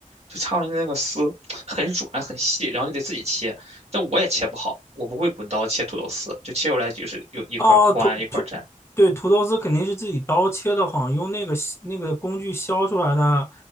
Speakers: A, on the right; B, on the left.
A: 就擦出来的那个丝很软很细，然后就得自己切，但我也切不好，我不会滚刀切土豆丝，就切出来就是有一块儿宽一块儿窄，
B: 哦，土土，对，土豆丝肯定是自己刀切的，好像用那个削那个工具削出来的，